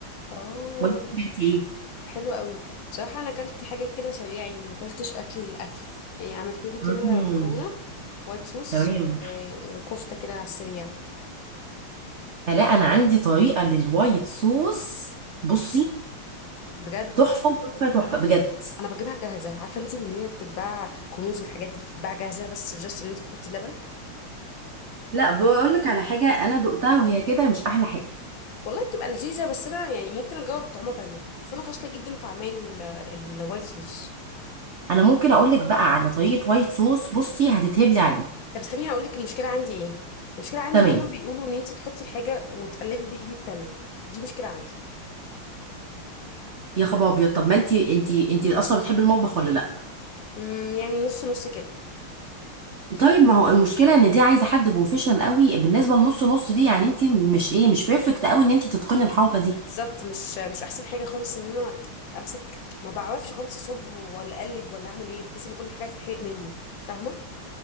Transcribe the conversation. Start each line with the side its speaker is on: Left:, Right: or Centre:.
Left: اه
Right: وانت اكلتي ايه
Left: حلو قوي بصراحه انا كلت حاجه كده سريعه يعني ما كلتش اكل اكل يعني عملت لي كده
Right: مم.
Left: مكرونه وايت صوص
Right: تمام
Left: و- وكفته كده على السريع
Right: فلا انا عندي طريقه للوايت صوص بصي
Left: بجد
Right: تحفه تحفه تحفه بجد
Left: انا بجيبها جاهزه عارفه انت اللي هي بتتباع كنوز والحاجات دي بتتباع جاهزه بس جاست ان انت تحطي لبن
Right: لا بقول لك على حاجه انا دقتها وهي كده مش احلى حاجه
Left: والله بتبقى لذيذه بس انا يعني ممكن اجاوب بطعمها تانية بس انا فاشله جدا في اعمال ال- الوايت صوص
Right: انا ممكن اقول لك بقى على طريقه وايت صوص بصي هتتهبلي عليه
Left: طب استني هقول لك المشكله عندي ايه المشكله عندي
Right: تمام
Left: لما بيقولوا ان انت تحطي الحاجه وتقلبي بايدي التانية دي مشكله عندي
Right: يا خبر ابيض طب ما انت انت انت اصلا بتحبي المطبخ ولا لا
Left: امم يعني نص نص كده
Right: طيب ما هو المشكله ان دي عايزه حد بروفيشنال قوي بالنسبه لنص نص دي يعني انت مش ايه مش بيرفكت قوي ان انت تتقني الحركه دي
Left: بالظبط مش مش احسن حاجه خالص ان انا امسك ما بعرفش خالص اصب ولا اقلب ولا اعمل ايه بحس ان كل حاجه هتتحرق مني فاهمه